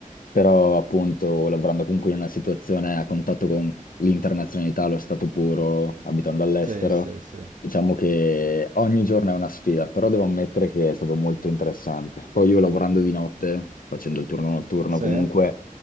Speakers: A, on the left (about 80°); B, on the right (about 65°).
A: però appunto lavorando comunque in una situazione a contatto con l'internazionalità, lo stato puro, abitando all'estero,
B: sì, sì, sì.
A: diciamo che ogni giorno è una sfida, però devo ammettere che è stato molto interessante. Poi io lavorando di notte, facendo il turno notturno
B: Sì?
A: comunque